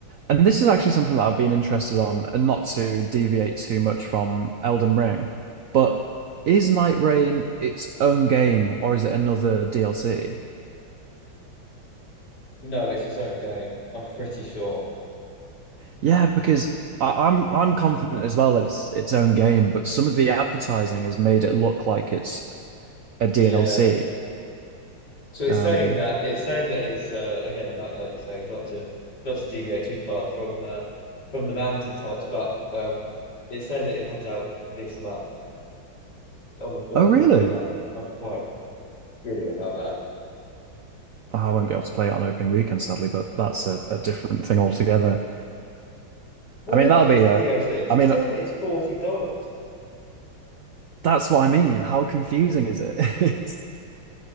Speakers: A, on the right; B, on the left.
A: and this is actually something that I've been interested on, and not to deviate too much from Elden Ring, but is Night Rain its own game or is it another DLC?
B: No, it's its own game. I'm pretty sure.
A: Yeah, because I, I'm I'm confident as well that it's its own game, but some of the advertising has made it look like it's a DLC.
B: Yeah. So it's
A: Um,
B: saying that it's saying that it's uh, again like like you say not to not to deviate too far from uh, from the mountaintops, but um, it's saying that it comes out this month on the 30th
A: oh really?
B: of May. I'm quite giddy about that.
A: Oh, I won't be able to play it on opening weekend, sadly, but that's a, a different thing altogether.
B: Well,
A: I
B: maybe
A: mean, that'll
B: it
A: be
B: is a
A: a
B: DLC because
A: I
B: it's
A: mean,
B: saying that it's $40.
A: That's what I mean. How confusing is it? <laughs> It's-